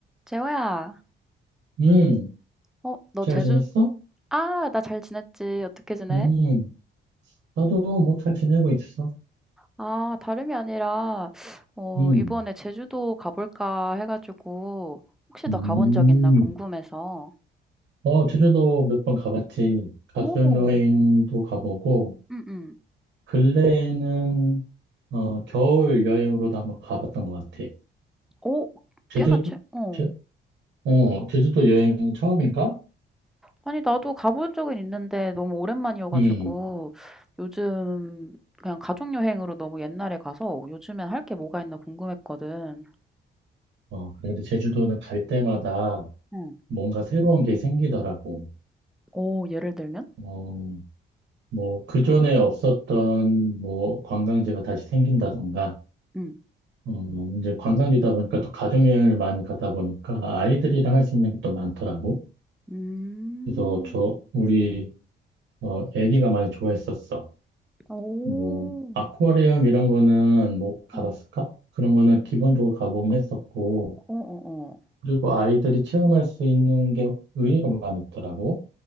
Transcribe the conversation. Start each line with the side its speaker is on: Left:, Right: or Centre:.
Centre: 재호야,
Right: 음,
Centre: 어, 너
Right: 잘
Centre: 제주,
Right: 지냈어?
Centre: 아, 나 잘 지냈지. 어떻게 지내?
Right: 음, 나도 뭐 잘 지내고 있어.
Centre: 아, 다름이 아니라, 어,
Right: 음,
Centre: 이번에 제주도 가볼까 해가지고, 혹시
Right: 음.
Centre: 너 가본 적 있나 궁금해서.
Right: 어, 제주도 몇 번 가봤지. 가족여행도
Centre: 오,
Right: 가보고,
Centre: 응, 응.
Right: 근래에는, 어, 겨울 여행으로도 한번 가봤던 것 같아.
Centre: 오,
Right: 제주도?
Centre: 꽤나 최, 어.
Right: 제, 어, 제주도 여행 처음인가?
Centre: 아니, 나도 가본 적은 있는데, 너무 오랜만이어가지고,
Right: 음,
Centre: 요즘, 그냥 가족여행으로 너무 옛날에 가서, 요즘엔 할 게 뭐가 있나 궁금했거든.
Right: 어, 그래도 제주도는 갈 때마다
Centre: 응.
Right: 뭔가 새로운 게 생기더라고.
Centre: 오, 예를 들면?
Right: 어, 뭐, 그전에 없었던, 뭐, 관광지가 다시 생긴다던가,
Centre: 응.
Right: 어, 이제 관광지다 보니까 또 가족여행을 많이 가다 보니까 아이들이랑 할 수 있는 것도 많더라고.
Centre: 음.
Right: 그래서 저, 우리, 어, 애기가 많이 좋아했었어.
Centre: 오
Right: 뭐, 아쿠아리움 이런 거는 뭐 가봤을까?
Centre: 음.
Right: 그런 거는 기본적으로 가보긴 했었고,
Centre: 어어어.
Right: 그리고 아이들이 체험할 수 있는 게 의외로 많이 있더라고.